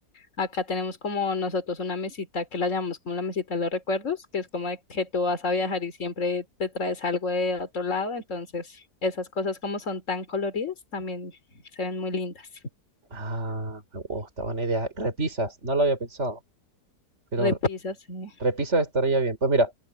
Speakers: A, on the left; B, on the right.
A: Acá tenemos como nosotros una mesita que la llamamos como la mesita de los recuerdos, que es como de que tú vas a viajar y siempre te traes algo de otro lado, entonces esas cosas como son tan coloridas también se ven muy lindas.
B: Ah, me gusta, buena idea. Repisas, no lo había pensado, pero
A: Repisas, sí.
B: repisas estaría bien. Pues mira,